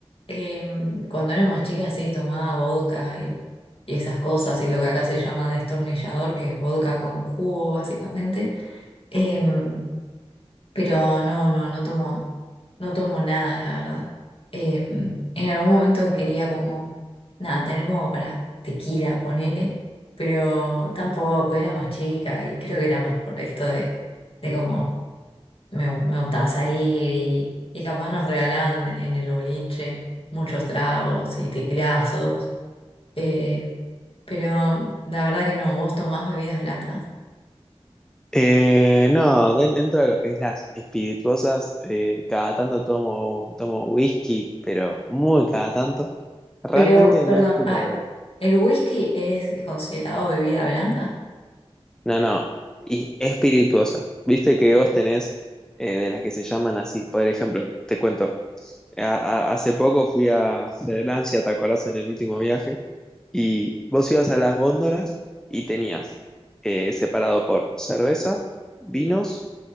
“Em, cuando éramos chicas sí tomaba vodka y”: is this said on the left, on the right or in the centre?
Left